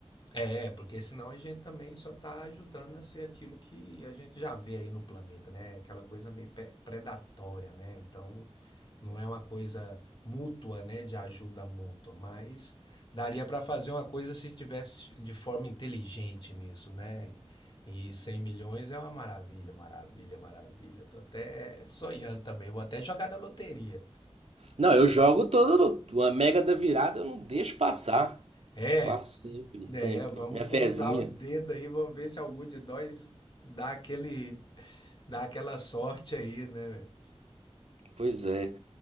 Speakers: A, on the left; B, on the right.
A: É, porque senão a gente também só está ajudando a ser aquilo que a gente já vê aí no planeta, né? Aquela coisa meio pe- predatória, né? Então não é uma coisa mútua, né? De ajuda mútua, mas daria para fazer uma coisa se tivesse de forma inteligente nisso, né? E 100 milhões é uma maravilha, maravilha, maravilha. Tô até sonhando também, vou até jogar na loteria.
B: Não, eu jogo todo uma mega da virada, eu não deixo passar.
A: É.
B: Faço sempre,
A: É,
B: sempre.
A: vamos
B: Minha fezinha.
A: cruzar o dedo aí, vamos ver se algum de nós dá aquele, dá aquela sorte aí, né, velho?
B: Pois é.